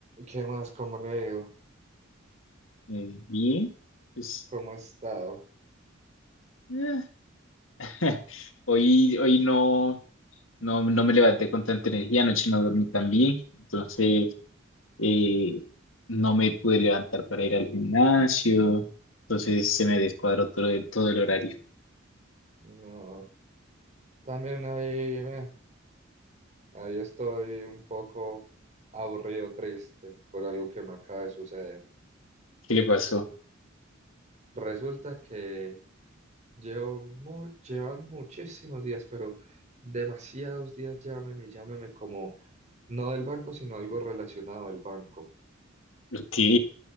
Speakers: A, on the right; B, on the left.
A: ¿Qué más? ¿Cómo le ha ido?
B: Eh, bien, pues
A: ¿Cómo ha estado?
B: eh, <laughs> hoy, hoy no, no, no me levanté con tanta energía, anoche no dormí tan bien, entonces eh, no me pude levantar para ir al gimnasio, entonces se me descuadró todo el, todo el horario.
A: No, también ahí, me- ahí estoy un poco aburrido, triste por algo que me acaba de suceder.
B: ¿Qué le pasó?
A: Resulta que llevo mu- llevan muchísimos días, pero demasiados días llámeme, llámeme como no del banco, sino algo relacionado al banco.
B: Ok,